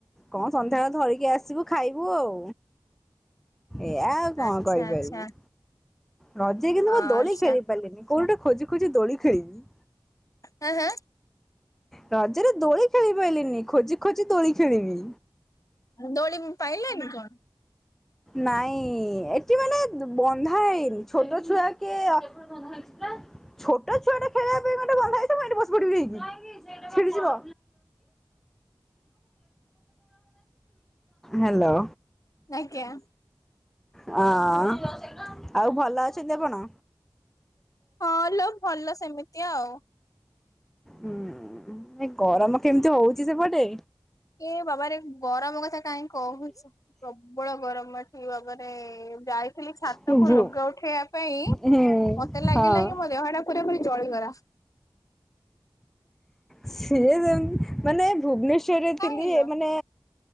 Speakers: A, in the centre; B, on the left.
A: କଣ ସନ୍ଧ୍ୟାବେଳେ ଧରିକି ଆସିବୁ ଖାଇବୁ ଆଉ ଏୟା ଆଉ କଣ
B: ଆଚ୍ଛା
A: କରିପାରିବି
B: ଆଚ୍ଛା
A: ରଜରେ କିନ୍ତୁ
B: ଆଚ୍ଛା
A: ମୁଁ ଦୋଳି ଖେଳି ପାରିବିନି କୋଉଟେ ଖୋଜି ଖୋଜି ଦୋଳି ଖେଳିବି
B: ହଁ ହ
A: ରଜରେ ଦୋଳି ଖେଳି ପାରିଲିନି ଖୋଜି ଖୋଜି ଦୋଳି ଖେଳିନି
B: ଦୋଳି ପାଇଲେନି କଣ
A: ନାଇଁ ଏଠି ମାନେ ବନ୍ଧା ହେଇନି ଛୋଟ ଛୁଆ କେ ଛୋଟ ଛୁଆଟା ଖେଳିବା ପାଇଁ ଗୋଟେ ବନ୍ଧା ହେଇଥିବ ଏଠି ବସି ପଡିବି ଯାଇକି ସେଠି ଶୁଣ ହେଲୋ
B: ଆଜ୍ଞା
A: ହଁ ଆଉ ଭଲ ଅଛନ୍ତି ଆପଣ।
B: ହଁ ଲୋ ଭଲ ସେମିତି। ତି ଆଉ।
A: ହୁଁ ଗରମ କେମିତି ହଉଛି ସେପଟେ।
B: ଏ ବାବାରେ ଗରମ କଥା କାହିଁ କହୁଛ। ପ୍ରବଳ ଗରମ ଏଠି ବାବାରେ ଯାଇଥିଲି ଛାତକୁ
A: ଭୁ ହୁଁ
B: ଲୁଗା ଉଠେଇବା ପାଇଁ
A: ହଁ
B: ମତେ ଲାଗିଲା କି ମୋ ଦେହ ଟା ପୁରା ପୁରି ଚଳିଗଲା।
A: ସେଏ ଯେ ମାନେ ଭୁବନେଶ୍ୱର ରେ
B: କାଇଁ
A: ଥିଲି
B: ଲୋ।
A: ମାନେ